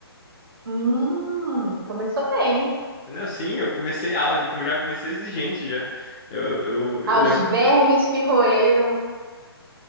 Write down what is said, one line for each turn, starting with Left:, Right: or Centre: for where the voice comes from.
Right: Hum, começou bem.
Left: Não, sim, eu comecei auge, como já comecei exigente já. Eu, eu, eu
Right: Aos
Left: lembro
Right: vermes que roeram.